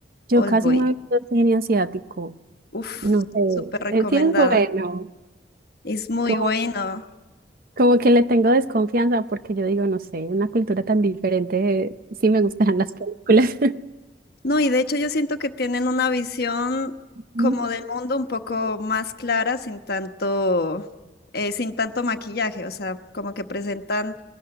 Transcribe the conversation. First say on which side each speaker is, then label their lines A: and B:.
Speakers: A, on the right; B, on the left.
A: Yo
B: Old
A: casi
B: Boy.
A: no he visto cine asiático.
B: Uf,
A: No sé.
B: súper recomendada.
A: eh, Sí es bueno.
B: Es muy
A: Como,
B: bueno.
A: como que le tengo desconfianza porque yo digo, no sé, una cultura tan diferente. Sí me gustarán las películas. <laughs>
B: No, y de hecho yo siento que tienen una visión
A: Ujú.
B: como del mundo un poco más clara, sin tanto, eh, sin tanto maquillaje, o sea, como que presentan